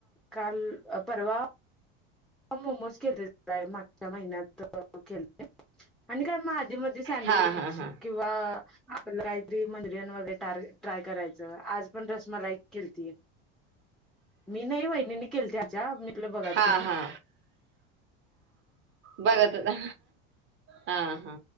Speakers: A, in the centre; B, on the right (about 40°).
A: काल परवा मोमोज केलत, मागच्या महिन्यात केलते आणि काय मग कधीमधी सँडविच
B: हा हा हा
A: किंवा आपलं काहीतरी मंचुरियम वगैरे ट्राय करायचं, आज पण रसमलाई केलती. मी नाही वहिणीनी केलती आमच्या, मी आपला बघालतो
B: हा
A: ते.
B: हा बघत होता. हा हा